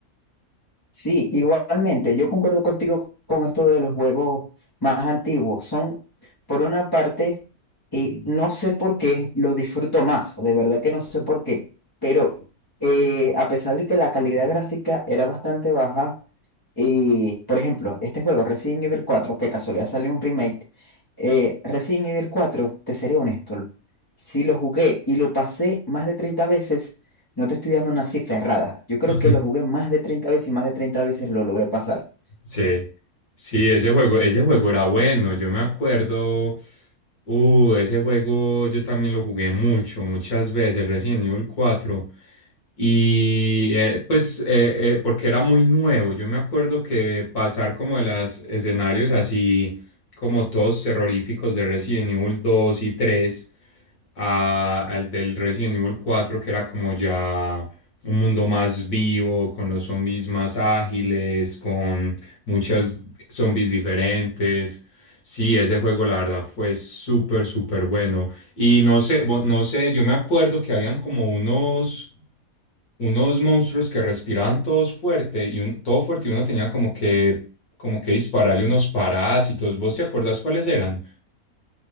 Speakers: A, on the left; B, on the left.
A: Sí, igualmente, yo concuerdo contigo con esto de los juegos más antiguos. Son, por una parte, eh, no sé por qué los disfruto más, o de verdad que no sé por qué, pero eh, a pesar de que la calidad gráfica era bastante baja, eh, por ejemplo, este juego Resident Evil cuatro, que casualidad salió un remake, eh, Resident Evil cuatro, te seré honesto, si lo jugué y lo pasé más de 30 veces, no te estoy dando una cifra errada. Yo creo
B: <laughs>
A: que lo jugué más de treinta veces y más de 30 veces lo logré pasar.
B: Sí, sí, ese juego, ese juego era bueno, yo me acuerdo, uh, ese juego yo también lo jugué mucho, muchas veces, el Resident Evil cuatro y eh, pues eh, eh, porque era muy nuevo, yo me acuerdo que pasar como de los escenarios así como todos terroríficos de Resident Evil dos y 3 a- al del Resident Evil cuatro que era como ya un mundo más vivo, con los zombies más ágiles, con muchas zombies diferentes. Sí, ese juego la verdad fue súper, súper bueno. Y no sé, bo- no sé, yo me acuerdo que habían como unos, unos monstruos que respiraban todos fuerte y un, todo fuerte y uno tenía como que, como que dispararle unos parásitos. ¿Vos te acordás cuáles eran?